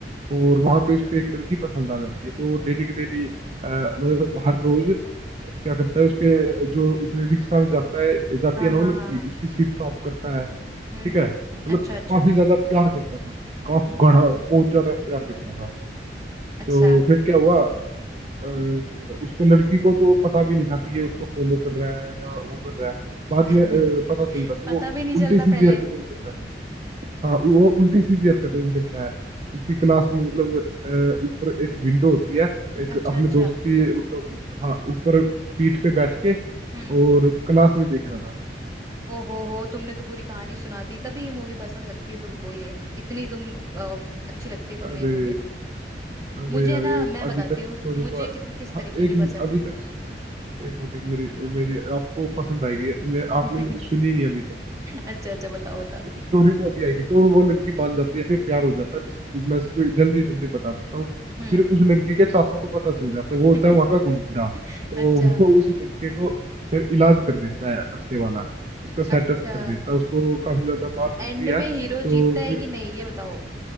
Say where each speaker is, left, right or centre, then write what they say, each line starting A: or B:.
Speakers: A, on the right; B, on the right.
A: और वहां पे उसको एक लड़की पसंद आ जाती है तो वो डेली की डेली अ, मतलब हर रोज क्या करता है उसके जो उसमें रिक्शा में जाता है जाती
B: हाँ
A: है ना
B: हाँ
A: वो लड़की
B: हाँ हाँ
A: उसकी सीट साफ करता है
B: हम्म
A: ठीक है मतलब
B: अच्छा अच्छा
A: काफी ज्यादा प्यार करता था उसको काफी घना बहुत ज्यादा प्यार करता था
B: अच्छा
A: तो फिर क्या हुआ अ, उसको लड़की को तो पता भी नहीं था कि ये उसको फॉलो कर रहा है या वो कर रहा है बाद
B: <laughs>
A: में अ, पता चलता वो
B: पता भी नहीं
A: उल्टी
B: चलता
A: सीधी
B: पहले
A: हरकतें भी करता है हाँ वो उल्टी सीधी हरकतें भी करता है उसकी क्लास में मतलब अ, ऊपर एक विंडो होती है एक
B: अच्छा
A: अपने
B: अच्छा
A: दोस्त की मतलब हाँ ऊपर पीठ पे बैठ के
B: हम्म
A: और क्लास में देख रहा था
B: ओ हो हो तुमने तो पूरी कहानी सुना दी तभी ये मूवी पसंद लगती है तुमको ये इतनी तुम अ, अच्छी लगती है
A: अरे
B: तुम्हें ये मूवी
A: अरे
B: मुझे
A: अरे
B: ना मैं बताती
A: अभी तक
B: हूँ
A: स्टोरी
B: मुझे
A: तो हाँ,
B: कितन किस तरीके
A: एक
B: की
A: मिनट
B: पसंद
A: अभी
B: है
A: तक एक मिनट एक मेरी मेरी आपको पसंद आएगी मैं आपने
B: <laughs>
A: मतलब सुनी नहीं अभी तक
B: अच्छा अच्छा बताओ बताओ
A: स्टोरी तो अभी आएगी तो वो लड़की मान जाती है फिर प्यार हो जाता है बस मैं इसको जल्दी जल्दी बता देता हूँ
B: हम्म
A: फिर उस लड़की के चाचा को पता चल जाता
B: <laughs>
A: है वो होता है वहां का गुंडा तो
B: अच्छा
A: वो उस लड़के को फिर इलाज कर देता है अच्छे वाला उसका सेटअप
B: अच्छा
A: कर देता है उसको काफी ज्यादा मार पड़ती
B: एंड
A: है
B: में
A: तो
B: हीरो जीतता है
A: फिर
B: कि नहीं ये बताओ